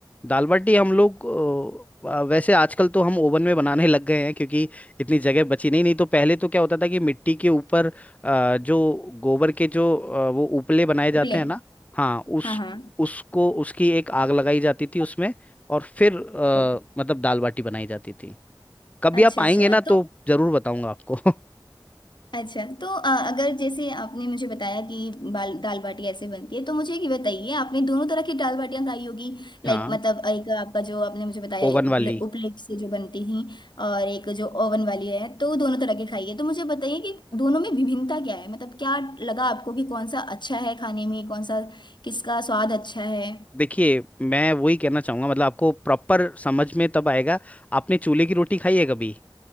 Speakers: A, on the left (about 15°); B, on the left (about 65°).
A: दाल बाटी हम लोग अ, अ, वैसे आजकल तो हम ओवन में बनाने लग गए हैं क्योंकि इतनी जगह बची नहीं नहीं तो पहले तो क्या होता था कि मिट्टी के ऊपर अ, जो गोबर के जो अ, वो उपले बनाए जाते
B: उपले
A: हैं ना हाँ उस
B: हाँ हाँ
A: उसको उसकी एक आग लगाई जाती थी उसमें और फिर अ,
B: ओ,
A: मतलब दाल बाटी बनाई जाती थी कभी
B: अच्छा
A: आप आएंगे
B: अच्छा
A: ना तो
B: तो
A: जरूर बताऊंगा आपको <laughs>
B: अच्छा तो अ, अगर जैसे आपने मुझे बताया कि बाल दाल बाटी ऐसे बनती है तो मुझे ये बताइए आपने दोनों तरह की दाल बाटियाँ खाई होगी लाइक
A: हाँ
B: मतलब एक आपका जो आपने मुझे बताया
A: ओवन
B: एक उपले,
A: वाली
B: उपलेट से जो बनती थी और एक जो ओवन वाली है तो दोनों तरह की खाई है तो मुझे बताइए कि दोनों में विभिन्नता क्या है मतलब क्या लगा आपको कि कौन सा अच्छा है खाने में कौन सा किसका स्वाद अच्छा है
A: देखिए मैं वही कहना चाहूंगा मतलब आपको प्रॉपर समझ में तब आएगा आपने चूल्हे की रोटी खाई है कभी